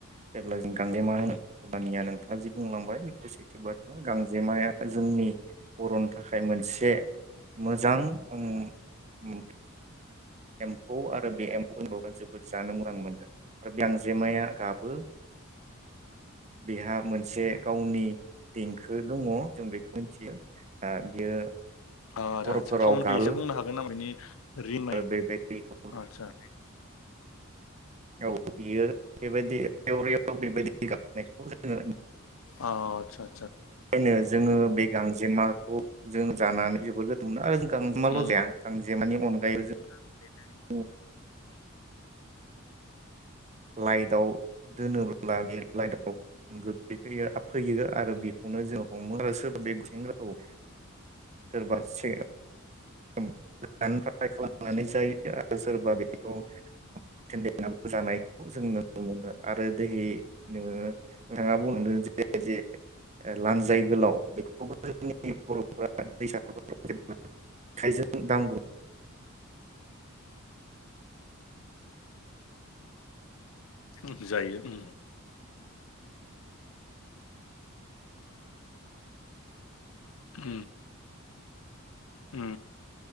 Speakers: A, on the right; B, on the left.
A: जेब्ला जों गांजेमा होनो अब्लानिया नोंथाङा जि बुंलांबाय बेफोर सैथो बाथ्रा। गांजेमाया जोंनि बर'न थाखाय मोनसे मोजां उम उम एमफौ आरो बे एमफौ <unintelligible> जोबोद जानो मोजां मोनो आरो बे आंजेमाया गाबो बेहा मोनसे गावनि देंखो दङ जों बेखौ मोनथियो। दा बियो
B: ओ आदा
A: हरफोराव
B: आदसा टाउनखो
A: गाबो
B: एसे बुंनो हागोन आं बिनि रिमाय
A: आरो बेबायदिखौ
B: आतसा
A: औ बियो बेबायदि रिउ रिउ बेबायदि गाबनायखौ जोङो
B: अ आतसा आतसा।
A: आइनो जोङो बे गांजेमाखौ जों जानानै जोबोर गोथाव मोनो आरोंख गांजेमाल'
B: उम
A: जाया गांजेमानि अनगायैबो जों
B: <inaudible>
A: <inaudible> <inaudible> लाइटआव दोनोब्ला बे लाइटआव गोग्लैै फैयो आरो बेखौनो जोङो हमो आरो सोरबा बे गुसेंग्राखौ ओ सोरबा से <unintelligible> लानाय जायो आरो सोरबा बेखौ <unintelligible> <unintelligible> जानायखौ जोंनो नुनो मोनो आरो दैहै नोङो नोंथाङा बुं जे जे लानजाय गोलाव बेखौबो जोंनि बर'फोरा दैसाफोराव जेब्ला आखायजों दांग्रोम
B: उ जायो उ उ उ